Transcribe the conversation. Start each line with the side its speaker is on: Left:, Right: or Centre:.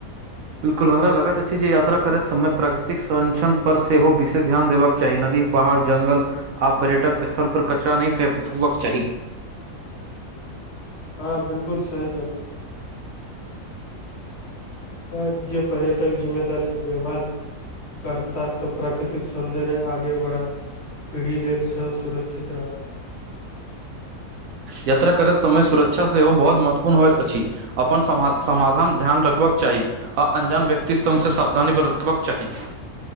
Right: बिल्कल हमरा लगत अछि जे यात्रा करैत समय प्राकृतिक संरक्षण पर सेहो विशेष ध्यान देबाक चाही नदी पहाड़ जंगल आब पर्यटक स्थल पर कचरा नहि फे फुबाक चाही
Left: हँ बिल्कुल सही कहलहु हँ जे पर्यटक जिम्मेदारी सँ व्यवहार करता तऽ प्राकृतिक सौन्दर्य आगे बढ़त पीढ़ी लेल सेहो सुरक्षित रहत
Right: यात्रा करैत समय सुरक्षा सेहो बहुत महत्वपूर्ण होइत अछि अपन समा समाधान ध्यान रखबाक चाही आ अन्जान व्यक्ति स्वसँ सावधानी बरतबाक चाही